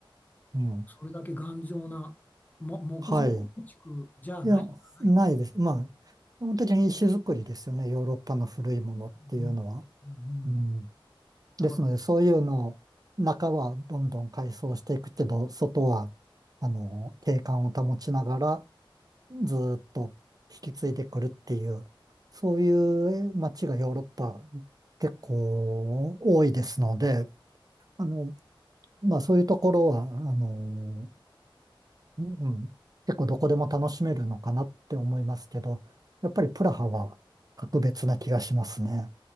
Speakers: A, on the right; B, on the left.
A: うん。
B: それだけ頑丈な、も、木造建築じゃないんだね。
A: はい。いや、ないです。まあ、基本的に石造りですよね。ヨーロッパの古いものっていうのは。
B: うんうんうんうん
A: うん。ですので、
B: だから、
A: そういうのを、中はどんどん改装していくけど、外は、あの、景観を保ちながら、ずーっと引き継いでくるっていう、そういう街がヨーロッパ結構多いですので、あの、まあそういうところは、あの、うんうん、結構どこでも楽しめるのかなって思いますけど、やっぱりプラハは格別な気がしますね。